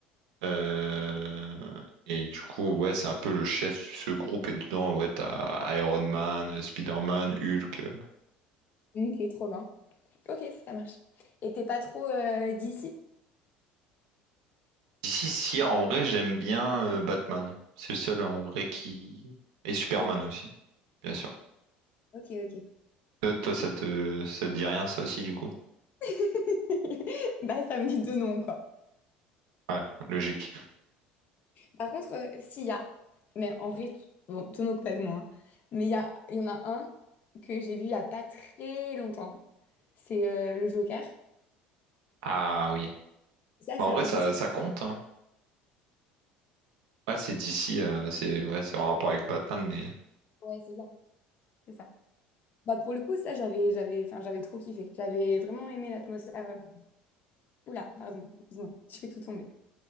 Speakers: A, on the right (about 85°); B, on the left (about 45°).
A: Euh, Et du coup, ouais, c'est un peu le chef de ce groupe. Et dedans, ouais, t'as Iron Man, euh, Spider-Man, Hulk. euh.
B: Ok, trop bien. Ok, ça marche. Et t'es pas trop euh, d'ici?
A: Ici, si, si, en vrai, j'aime bien euh, Batman. C'est le seul en vrai qui. Et Superman
B: Ok,
A: aussi, bien sûr.
B: ok, ok,
A: Euh, Toi,
B: ok.
A: ça te... ça te dit rien, ça aussi, du coup?
B: <laughs> Bah, ça me dit deux noms, quoi.
A: Ouais, logique.
B: Par contre, euh, s'il y a, mais en vrai, tu- bon, te moque pas de moi, hein. mais il y a, il y en a un que j'ai vu il y a pas très longtemps. C'est euh, le Joker.
A: Ah oui.
B: Ça,
A: Bah,
B: c'est
A: en
B: un
A: vrai, ça,
B: 10.
A: ça compte, hein. Ouais, c'est d'ici, c'est ouais, c'est en rapport avec Batman, mais
B: Ouais, c'est ça, c'est ça. Bah pour le coup, ça, j'avais, j'avais, enfin, j'avais trop kiffé. J'avais vraiment aimé l'atmosphère. Oula, pardon, excuse-moi, <laughs> je fais tout tomber.